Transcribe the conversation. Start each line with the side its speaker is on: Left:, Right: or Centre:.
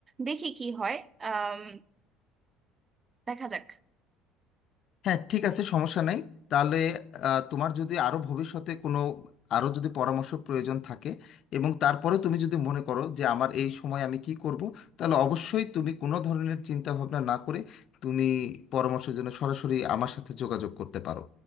Right: দেখি কি হয় আম, দেখা যাক
Left: হ্যাঁ ঠিক আছে সমস্যা নাই তাহলে আহ, তোমার যদি আরো ভবিষ্যতে কোনো আরো যদি পরামর্শ প্রয়োজন থাকে এবং তারপরে তুমি যদি মনে করো যে আমার এই সময় আমি কি করব তাহলে অবশ্যই তুমি কোনো ধরনের চিন্তা ভাবনা না করে তুমি পরামর্শের জন্য সরাসরি আমার সাথে যোগাযোগ করতে পারো